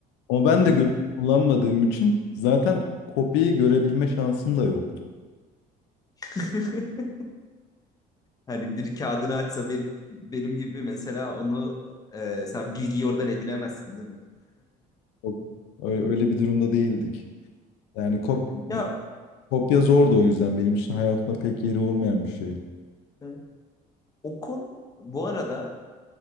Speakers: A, on the left; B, on the left.
A: Ama ben
B: Hı
A: de gözlük
B: hı.
A: kullanmadığım için zaten kopyayı görebilme şansım da yoktu.
B: <laughs> Hani biri kağıdını açsa bir, benim gibi mesela onu e, sen bilgiyi oradan edinemezsin değil mi?
A: Yok, ö- öyle bir durumda değildik. Yani kop
B: <laughs>
A: kopya zordu o yüzden benim için hayatımda pek yeri olmayan bir şey.
B: Ya Okul bu arada